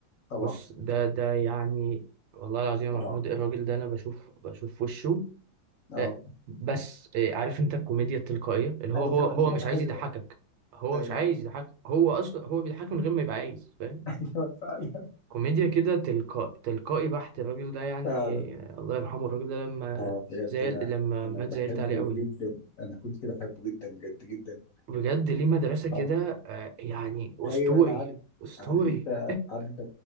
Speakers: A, on the left; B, on the right.
A: طبعا
B: بص ده ده يعني والله العظيم
A: طبعا
B: يا محمود الراجل ده انا بشوف بشوف وشه
A: اه
B: آه، بس آه، عارف انت الكوميديا التلقائية اللي هو
A: ايوه
B: هو هو
A: <laughs>
B: مش عايز
A: ايوه
B: يضحكك هو
A: ايوه
B: مش عايز يضحك هو اصلا هو بيضحك من غير ما يبقى عايز فاهم
A: ايوه فعلا
B: كوميديا كده تلقاء تلقائي بحت الراجل ده يعني
A: فعلا
B: آه، الله يرحمه الراجل ده لما
A: اه بجد
B: زعل
A: انا
B: لما
A: انا
B: مات
A: بحبه
B: زعلت عليه قوي
A: جدا انا كنت بحبه جدا بجد جدا
B: بجد ليه مدرسة كده
A: اه
B: آه، يعني أسطوري
A: ايوه انا عارف
B: أسطوري
A: عارف انت عارف انت